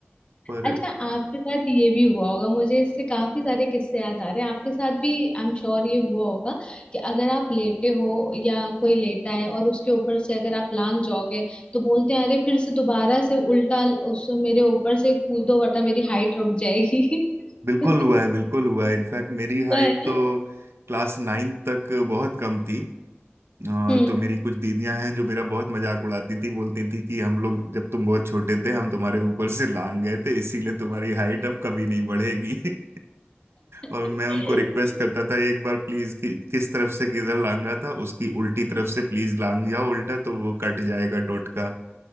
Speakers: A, on the right; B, on the left.
A: पर
B: अच्छा आपके साथ ये भी हुआ होगा मुझे इससे काफी सारे किस्से याद आ रहे हैं आपके साथ भी आई एम श्योर ये हुआ होगा कि अगर आप लेटे हो या कोई लेटा है और उसके ऊपर से अगर आप लांग जाओगे तो बोलते हैं अरे फिर से दोबारा से उल्टा उस मेरे ऊपर से कूदो वरना मेरी हाइट रुक जाएगी
A: बिल्कुल
B: <laughs> वो
A: हुआ है बिल्कुल हुआ है इनफैक्ट मेरी हाइट
B: है
A: तो
B: ना
A: क्लास नाइन तक बहुत कम थी अ,
B: हम्म
A: तो मेरी कुछ दीदियां हैं जो मेरा बहुत मजाक उड़ाती थी बोलती थी कि हम लोग जब तुम बहुत छोटे थे हम तुम्हारे ऊपर से लांग गए थे इसीलिए तुम्हारी हाइट अब कभी नहीं बढ़ेगी <laughs> और
B: <laughs>
A: मैं उनको रिक्वेस्ट करता था एक बार प्लीज कि, किस तरफ से किधर लांगा था उसकी उल्टी तरफ से प्लीज लांग जाओ उल्टा तो वो कट जाएगा टोटका